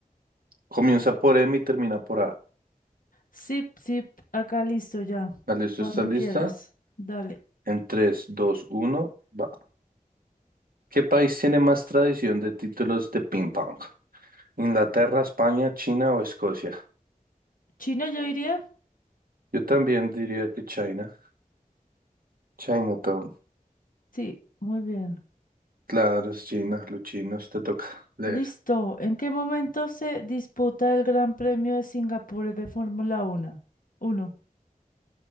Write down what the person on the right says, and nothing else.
Comienza por M y termina por A.
Ah, ¿Listo?
¿Estás lista?
En tres, dos, uno. va. ¿Qué país tiene más tradición de títulos de ping pong? ¿Inglaterra, España, China o Escocia?
Yo también diría que China. Chinatown.
Claro, es China, los chinos, te toca leer.